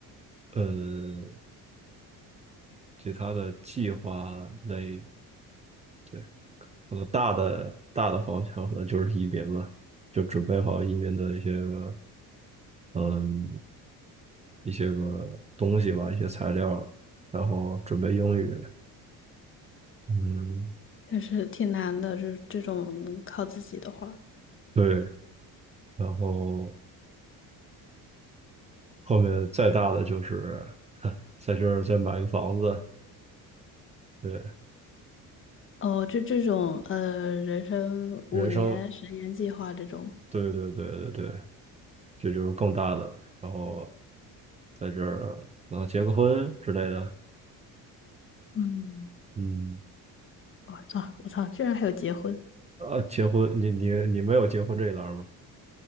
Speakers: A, on the right (about 20°); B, on the left (about 35°).
A: 呃其他的计划类。对。可能大的大的方向可能就是移民了，就准备好移民的一些个嗯一些个东西吧，一些材料，然后准备英语，嗯，
B: 确实挺难的，就是这种靠自己的话。
A: 对，然后后面再大的就是 <laughs> 在这儿再买个房子，对，
B: 哦，就这种呃，人生五年、
A: 人生，
B: 十年计划这种。
A: 对对对对对，这就是更大的了然后在这儿可能结个婚之类的，
B: 嗯，
A: 嗯，
B: 我操，我操，居然还有结婚。
A: 啊，结婚，你你你没有结婚这一栏儿吗？